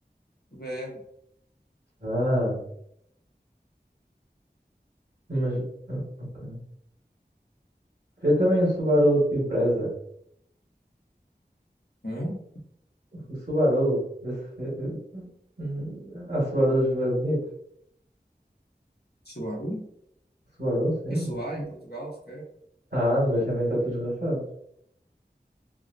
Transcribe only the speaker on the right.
Ah, mas. ah, ok. Vê também o Subaru de Impreza.
O Subaru. Esse, eh, eh, hum, há Subarus bem bonitos.
Subaru, sim.
Ah, mas já vem todos rafados.